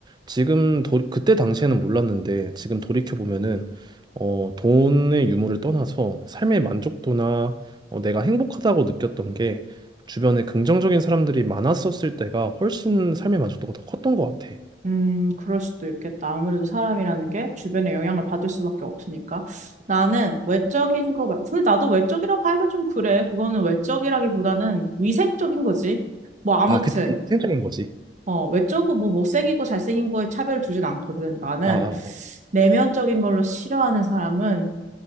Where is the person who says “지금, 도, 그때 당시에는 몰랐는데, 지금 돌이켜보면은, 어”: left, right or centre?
Right